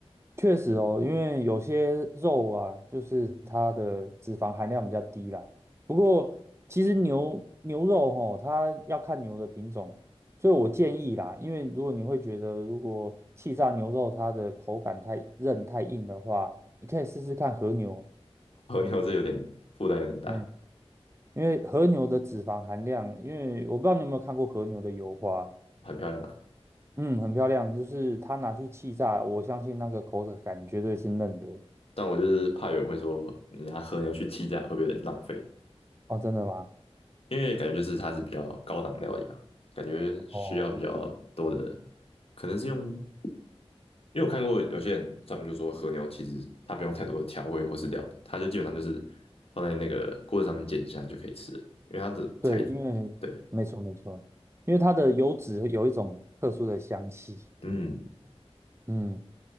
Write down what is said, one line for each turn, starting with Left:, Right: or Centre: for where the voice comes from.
Right: 确实哦，因为有些肉啊，就是它的脂肪含量比较低啦。不过其实牛牛肉吼，它要看牛的品种，所以我建议啦，因为如果你会觉得如果气炸牛肉它的口感太韧太硬的话，你可以试试看和牛。
Left: 和牛这有点负担有点大，
Right: 嗯，因为和牛的脂肪含量，因为我不知道你有没有看过和牛的油花，
Left: 很漂亮啊，
Right: 嗯，很漂亮，就是它拿去气炸，我相信那个口感绝对是嫩的。
Left: 但我就是怕有人会说你拿和牛去替代会不会有点浪费，
Right: 哦，真的吗？
Left: 因为感觉就是它是比较高档料理吧，感觉需要比较多的，
Right: 哦，
Left: 可能是用，因为我看过有些人他们就说和牛其实它不用太多的调味或是料理，它就基本上就是放在那个锅子上面煎一下就可以吃了，因为它的材质对，
Right: 对，因为没错没错，因为它的油脂有一种特殊的香气，
Left: 嗯，
Right: 嗯。